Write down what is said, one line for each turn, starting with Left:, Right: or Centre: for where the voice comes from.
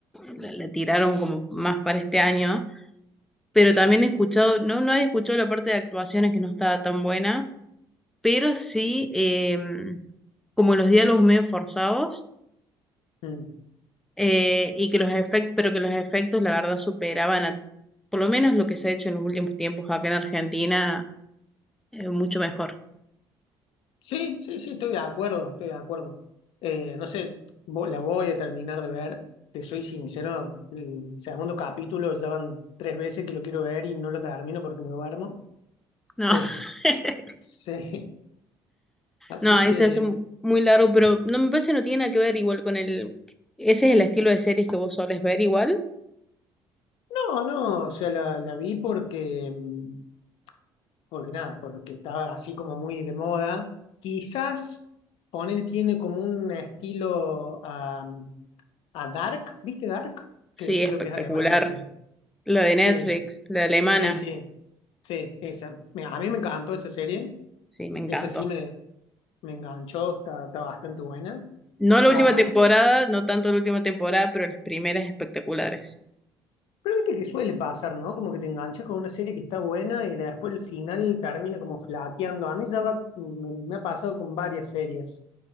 Centre: la, la tiraron como más para este año, pero también he escuchado, no, no he escuchado la parte de actuaciones que no estaba tan buena, pero sí eh, como los diálogos medio forzados
Left: Mm.
Centre: eh, y que los efectos, pero que los efectos la verdad superaban a, por lo menos lo que se ha hecho en los últimos tiempos acá en Argentina, eh, mucho mejor.
Left: Sí, sí, sí, estoy de acuerdo, estoy de acuerdo. Eh, no sé, vo- la voy a terminar de ver, te soy sincero, el segundo capítulo ya van tres veces que lo quiero ver y no lo termino porque me duermo.
Centre: No,
Left: Eh,
Centre: <laughs>
Left: <laughs> sí, así
Centre: no, ahí
Left: que,
Centre: se hace mu- muy largo, pero no me parece que no tiene nada que ver igual con el... Ese es el estilo de series que vos solés ver igual.
Left: no, no, o sea, la, la vi porque, mm, porque nada, porque estaba así como muy de moda. Quizás poner tiene como un estilo a, a Dark, ¿viste Dark?
Centre: Sí,
Left: Que creo
Centre: espectacular.
Left: que es alemana, la serie.
Centre: La de
Left: Sí,
Centre: Netflix, la alemana.
Left: Sí, sí, sí, esa. Mira, a mí me encantó esa serie.
Centre: Sí, me encantó.
Left: Esa sí me, me enganchó, está, está bastante buena.
Centre: No la
Left: Capaz
Centre: última temporada,
Left: que,
Centre: no tanto la última temporada, pero las primeras espectaculares.
Left: pero viste que suele pasar, ¿no? Como que te enganchas con una serie que está buena y después el final termina como flaqueando. A mí ya va- me, me ha pasado con varias series.